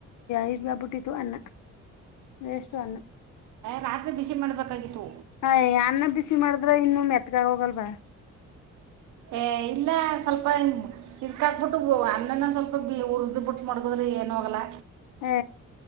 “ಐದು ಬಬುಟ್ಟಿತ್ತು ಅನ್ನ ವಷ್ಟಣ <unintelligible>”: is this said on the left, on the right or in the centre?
Left